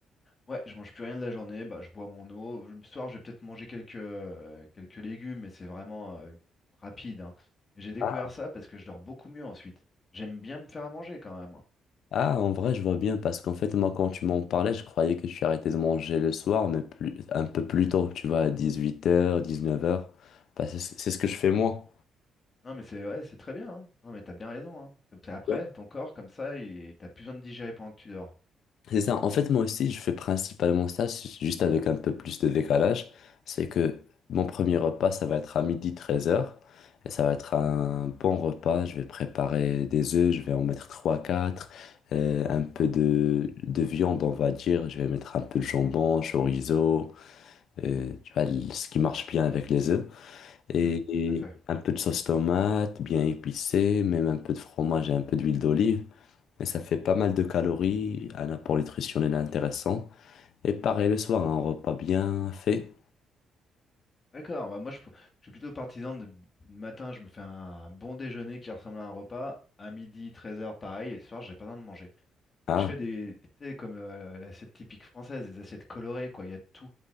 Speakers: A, on the left; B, on the left.
A: Ouais, je mange plus rien de la journée, bah, je bois mon eau. Le soir, je vais peut-être manger quelques, euh, quelques légumes, mais c'est vraiment euh, rapide, hein. Mais j'ai découvert
B: Ah,
A: ça parce que je dors beaucoup mieux ensuite. J'aime bien me faire à manger quand même. hein.
B: Ah, en vrai, je vois bien, parce qu'en fait, moi, quand tu m'en parlais, je croyais que tu arrêtais de manger le soir, mais plus, un peu plus tôt, tu vois, à 18h, 19h. Bah, c'est c'est ce que je fais moi.
A: Non, mais c'est ouais, c'est très bien, hein. Non, mais t'as bien raison, hein. Comme ça, après,
B: Ouais.
A: ton corps, comme ça, il t'as plus besoin de digérer pendant que tu dors.
B: C'est ça. En fait, moi aussi, je fais principalement ça, c'est juste avec un peu plus de décalage. C'est que mon premier repas, ça va être à midi treize heures, Et ça va être un bon repas. Je vais préparer des œufs, je vais en mettre 3-4. un peu de, de viande, on va dire. Je vais mettre un peu de jambon, chorizo. euh, tu vois, ce qui marche bien avec les œufs. Et,
A: Hmm, tout à fait.
B: et un peu de sauce tomate, bien épicée, même un peu de fromage et un peu d'huile d'olive. Mais ça fait pas mal de calories, un apport nutritionnel intéressant. Et pareil le soir, un repas bien fait.
A: D'accord, bah moi je, pr- je suis plutôt partisan de le matin, je me fais un bon déjeuner qui ressemble à un repas, à midi, treize heures, pareil, et le soir j'ai pas besoin de manger.
B: Ah,
A: Et je fais des, des- tu sais, comme euh, l'assiette typique française, des assiettes colorées, quoi, il y a de tout.